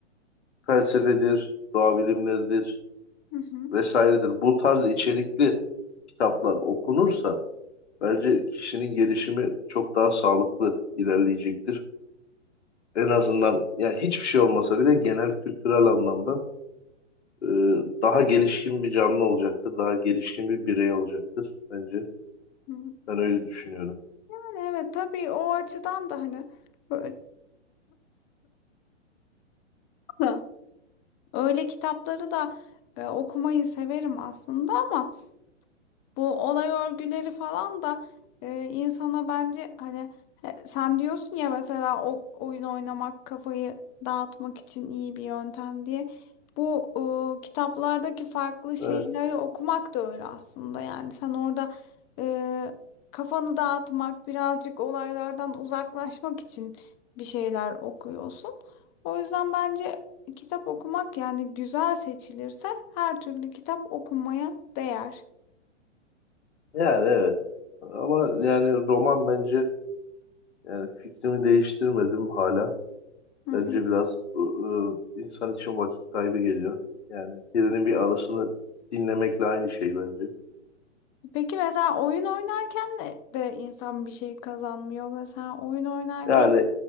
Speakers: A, on the left; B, on the left.
A: felsefedir, doğa bilimleridir
B: Hı hı.
A: vesairedir. Bu tarz içerikli kitaplar okunursa bence kişinin gelişimi çok daha sağlıklı ilerleyecektir. en azından yani hiçbir şey olmasa bile genel kültürel anlamda e, daha gelişkin bir canlı olacaktır. Daha gelişkin bir birey olacaktır bence.
B: hı.
A: Ben öyle düşünüyorum.
B: Yani evet tabii o açıdan da hani böyle <laughs> öyle kitapları da e, okumayı severim aslında ama Bu olay örgüleri falan da e, insana bence hani he- sen diyorsun ya mesela o oyun oynamak kafayı dağıtmak için iyi bir yöntem diye. Bu e, kitaplardaki farklı şeyleri
A: Evet,
B: okumak da öyle aslında. Yani sen orada e, kafanı dağıtmak, birazcık olaylardan uzaklaşmak için bir şeyler okuyorsun. O yüzden bence kitap okumak yani güzel seçilirse her türlü kitap okunmaya değer.
A: yani evet. Ama yani roman bence yani fikrimi değiştirmedim hala.
B: Hı
A: Bence
B: hı.
A: biraz e, e, insan için vakit kaybı geliyor. Yani birinin bir arasını dinlemekle aynı şey bence.
B: Peki mesela oyun oynarken de de insan bir şey kazanmıyor. Mesela oyun oynarken
A: Yani